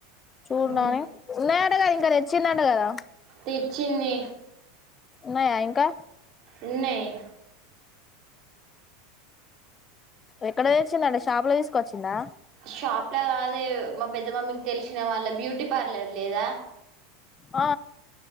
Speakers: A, on the left (about 25°); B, on the right (about 50°).
A: చూడు
B: ఉమ్
A: నాే న కదా ఇంకా తెచ్చిందంట కదా
B: తెచ్చింది
A: ఉన్నాయా ఇంకా
B: ఉన్నయ్
A: ఎక్కడ తెచ్చిందట షాప్ లో తీసుక వచ్చిందా
B: షాప్ లా కాదే మా పెద్ద మమ్మీకి తెలిసిన వాళ్ళ బ్యూటీ పార్లర్ లేదా
A: ఆ